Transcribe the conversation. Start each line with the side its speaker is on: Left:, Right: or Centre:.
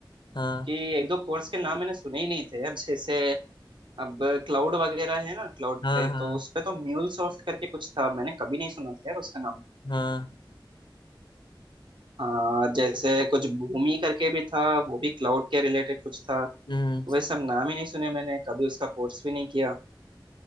Left: हाँ
Right: कि एक दो कोर्स के नाम मैंने सुने ही नहीं थे अब जैसे अब क्लाउड वगैरह है ना क्लाउड
Left: हाँ
Right: पे
Left: हाँ
Right: तो उस पे तो म्यूल सॉफ्ट करके कुछ था मैंने कभी नहीं सुना था यार उसका नाम
Left: हाँ
Right: हाँ जैसे कुछ भूमि करके भी था वो भी क्लाउड के रिलेटेड कुछ था
Left: हम्म
Right: वह सब नाम ही नहीं सुने मैंने कभी उसका कोर्स भी नहीं किया